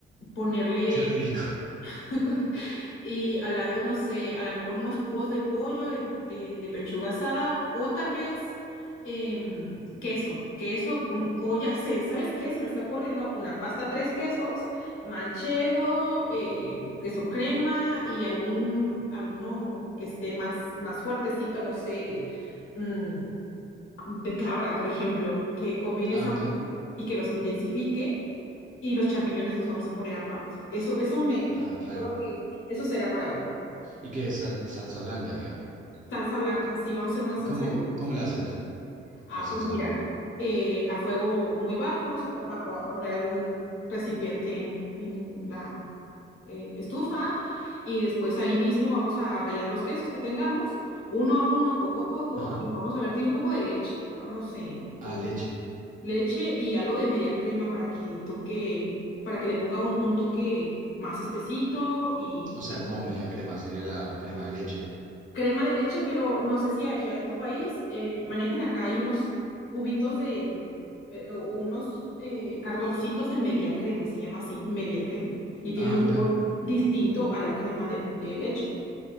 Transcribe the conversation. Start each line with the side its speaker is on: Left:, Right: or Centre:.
Left: ponerle
Right: qué rico. <laughs>
Left: <laughs> y al lado, no sé, a lo mejor unos cubos de pollo, de, de, de pechuga asada o tal vez em, queso, queso, mm, o ya sé, ¿sabes qué? Se me está ocurriendo una pasta tres quesos, manchego, eh, queso crema y algún, alguno que esté más, más fuertecito, no sé. mm, de cabra, por ejemplo, que combine
Right: Ah,
Left: sabores
Right: mirá.
Left: y que los intensifique y los champiñones los vamos a poner aparte. Eso, eso me,
Right: Ah, claro.
Left: creo que eso será para hoy.
Right: ¿Y qué es Sal- salsa blanca, digamos?
Left: Salsa blanca, sí, vamos a hacer una
Right: ¿Y
Left: salsa
Right: cómo,
Left: de los tres
Right: cómo
Left: quesos.
Right: la haces
Left: Ah,
Right: a la salsa
Left: pues mira,
Right: blanca?
Left: eh, a fuego muy bajo vamos a, con- a po- a poner algún recipiente en, en la eh, estufa y después ahí mismo vamos a rallar los quesos que tengamos, uno a uno, poco a poco,
Right: Ajá.
Left: y vamos a vertir un poco de leche. No, no sé,
Right: Ah,
Left: tú.
Right: leche.
Left: Leche y algo de media crema para que toque, para que le ponga un, un toque más espesito y
Right: O sea,
Left: Y te-
Right: como media crema, sería la crema de leche.
Left: crema de leche, pero no sé si allá en tu país eh, manejen acá hay unos cubitos de eh, o o unos eh, cartoncitos de media crema, se llama así, media crema, y tiene
Right: Ah,
Left: un
Right: mirá.
Left: sabor distinto a la crema de, de leche.